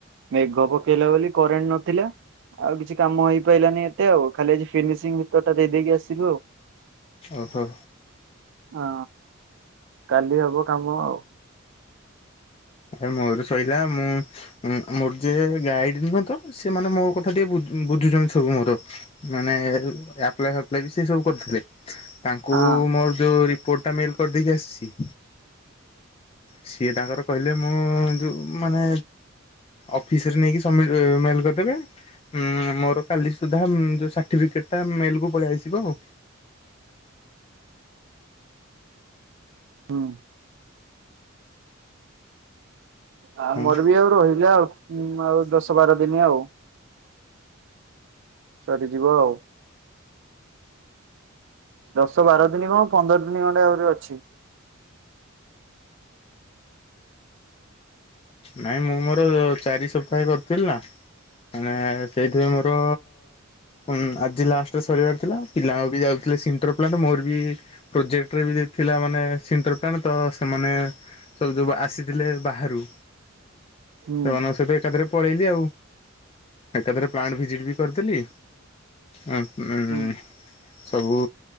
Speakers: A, on the right; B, on the left.
A: ମେଘ ପକେଇଲା ବୋଲି କରେଣ୍ଟ ନଥିଲା। ଆଉ କିଛି କାମ ହେଇପାଇଲାନି ଏତେ ଆଉ ଖାଲି ଆ ଫିନିସିଂ ଭିତର ଟା ଦେଇଦେଇକି ଆସିଲୁ ଆଉ।
B: ଓହୋ।
A: ହଁ କାଲି ହବ କାମ ଆଉ।
B: ଏ ମୋର ଶଇଲା ମୁଁ ଉଁ ମୋର ଯିଏ ଗାଇଡ ନୁହେଁ ତ ସେ ମାନେ ମୋ କଥା ଟିକେ ବୁଝୁଛନ୍ତି ସବୁ ମୋର। ମାନେ ଆପ୍ଲାଏ ଫାପ୍ଲାଏ ବି ସେ ସବୁ କରିୁଥିଲେ। ତାଙ୍କୁ
A: ହଁ
B: ମୋର ଯୋଉ ରିପୋର୍ଟ ଟା ମେଲ କରିଦେଇକି ଆସିଛି। ସିଏ ତାଙ୍କର କହିଲେ ମୁଁ ଯୋଉ ମାନେ ଅଫିସରେ ନେଇକି ସମ୍ ମେଲ କରିଦେବେ। ହୁଁ ମୋର କାଲି ସୁଦ୍ଧା ଯୋଉ ସାର୍ଟିଫିକେଟ ଟା ମେଲ କୁ ପଳେଇ ଆସିବ ଆଉ।
A: ହୁଁ। ଆମର
B: ହଁ
A: ବି ଆଉ ରହିଲା ଆଉ ଆଉ ଦଶ ବାର ଦିନି ଆଉ। ସରିଯିବ ଆଉ। ଦଶ ବାର ଦିନ କଁ ପନ୍ଦର ଦିନି ଖଣ୍ଡେ ଆହୁରି ଅଛି।
B: ନାଇଁ ମୁଁ ମୋର ଚାରି ସପ୍ତାହେ କରିଥିଲି ନା‌। ମାନେ ସେଇଥି ପାଇଁ ମୋର ହଁ ଆଜି ଲାଷ୍ଟରେ ସରିବାର ଥିଲା ପିଲା ବି ଯାଉଥିଲେ ସିଣ୍ଟୋର ପ୍ଲାଣ୍ଟ ମୋର ବି ପ୍ରୋଜେକ୍ଟରେ ବି ଦେଇଥିଲା ମାନେ ସିଣ୍ଟର ପ୍ଲାଣ୍ଟ ତ ସେମାନେ ସବୁ ଯବୁ ଆସିଥିଲେ ବାହାରୁ
A: ହୁଁ
B: ସେମାନଙ୍କ ସହିତ ଏକାଥରେ ପଳେଇଲି ଆଉ। ଏକାଥରେ ପ୍ଲାଣ୍ଟ ଭିଜିଟ୍ ବି କରିଥିଲି। ଉ
A: ହୁଁ।
B: ସବୁ